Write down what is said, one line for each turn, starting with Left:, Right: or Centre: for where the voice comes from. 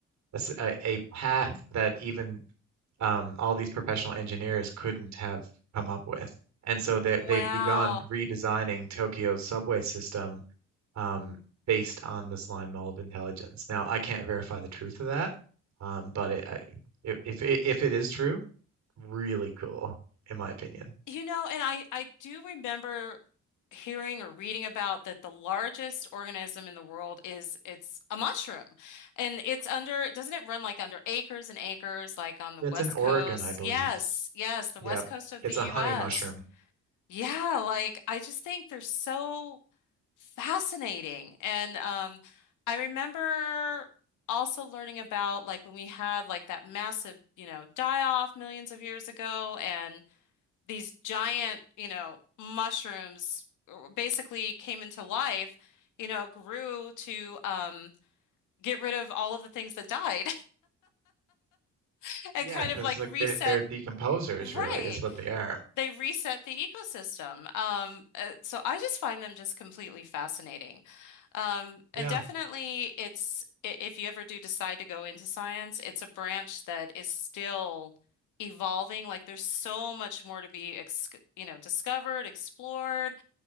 Right: a, s- a- a path that even um, all these professional engineers couldn't have come up with. And so they,
Left: Wow.
Right: they've begun redesigning Tokyo's subway system um, based on the slime mold intelligence. Now, I can't verify the truth of that, um, but it, I, if, if it- if it is true, really cool, in my opinion.
Left: You know, and I I do remember hearing or reading about that the largest organism in the world is it's a mushroom. And it's under, doesn't it run like under acres and acres like on the
Right: It's
Left: West
Right: in Oregon,
Left: Coast?
Right: I believe.
Left: Yes, yes, the
Right: Yeah,
Left: West Coast of
Right: it's
Left: the US.
Right: a honey mushroom.
Left: Yeah, like I just think they're so fascinating. And um I remember also learning about like when we had like that massive, you know, die off millions of years ago and these giant, you know, mushrooms uh, basically came into life, you know, grew to um, get rid of all of the things that died <laughs> and
Right: Yeah,
Left: kind
Right: because
Left: of like
Right: like
Left: reset.
Right: they, they're decomposers,
Left: Right.
Right: really, is what they are.
Left: They reset the ecosystem. Um, uh, so I just find them just completely fascinating. Um, and
Right: Yeah,
Left: definitely it's, i- if you ever do decide to go into science, it's a branch that is still evolving. Like there's so much more to be, ex you know, discovered, explored.